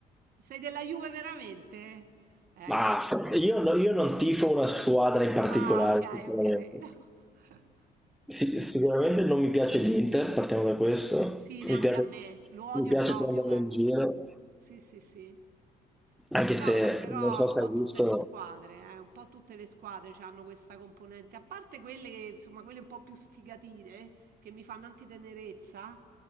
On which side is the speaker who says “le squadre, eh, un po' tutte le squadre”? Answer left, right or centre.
Right